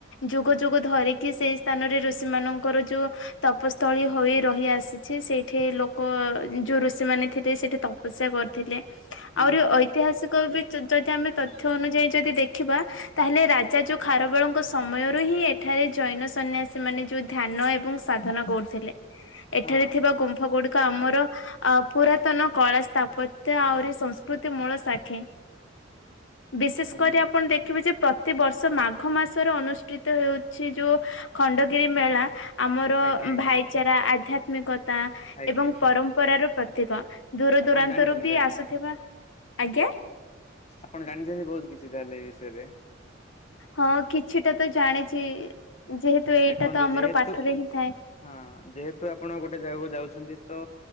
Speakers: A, on the left; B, on the left.
A: ଯୁଗ ଯୁଗ ଧରିକି ସେଇ ସ୍ଥାନରେ ଋଷି ମାନଙ୍କର ଯୋଉ ତପସ୍ଥଳୀ ହୋଇ ରହି ଆସିଛି ସେଇଠି ଲୋକ ଯୋଉ ଋଷିମାନେ ଥିଲେ ସେଠି ତପ ପସ୍ୟା କରିଥିଲେ। ଆହୁରି
B: ହୁଁ ହୁଁ
A: ଐତିହାସିକ ବି ଯ ଯଦି ଆମେ ତଥ୍ୟ ଅନୁଯାୟୀ ଯଦି ଦେଖିବା ତାହେଲେ
B: ଆଜ୍ଞା
A: ରାଜା ଯୋ ଖାରବେଳଙ୍କ ସମୟରୁ ହିଁ ଏଠାରେ ଜୈନ ସନ୍ନ୍ୟାସୀ ମାନେ ଯୋଉ ଧ୍ୟାନ ଏବଂ ସାଧନା କରୁଥିଲେ। ଏଠାରେ
B: ହଁ
A: ଥିବା ଗୁମ୍ଫ ଗୁଡିକ ଆମର ଅ ପୁରାତନ କଳା ସ୍ଥାପ ତ୍ୟ ଆହୁରି ସଂସ୍କୃତି ମୂଳ ସାଖି। ବିଶେଷ କରି
B: ନିହାତି
A: ଆପଣ ଦେଖିବେ ଯେ ପ୍ରତିବର୍ଷ ମାଘ ମାସର ଅନୁଷ୍ଠିତ ହେଉ ଛି ଯୋଉ ଖଣ୍ଡଗିରି ମେଳା ଆମର
B: ଆଜ୍ଞା
A: ଉଁ
B: ଆଜ୍ଞା
A: ଭାଇଚାରା ଆଧ୍ୟା ତ୍ମିକତା
B: ଆଜ୍ଞା
A: ଏବଂ ପରମ୍ପରାର ପ୍ରତୀକ। ଦୂର
B: ଆପଣ
A: ଦୂରାନ୍ତରୁ
B: ଜାଣିଛନ୍ତି
A: ବି
B: ତାହେଲେ
A: ଆସୁଥିବା, ଆଜ୍ଞା।
B: ଆପଣ ଜାଣିଛନ୍ତି ବହୁତ କିଛି ତାହେଲେ ଏଇ ବିଷୟରେ।
A: ହଁ କିଛିଟା ତ ଜାଣିଛି ଯେହେତୁ ଏଇଟା
B: ଦେଖନ୍ତୁ
A: ତ ଆମର
B: ଯେହେତୁ
A: ପାଠରେ ହିଁ ଥାଏ।
B: ହଁ ଯେହେତୁ ଆପଣ ଗୋଟେ ଜାଗାକୁ ଯାଉଛନ୍ତି ତ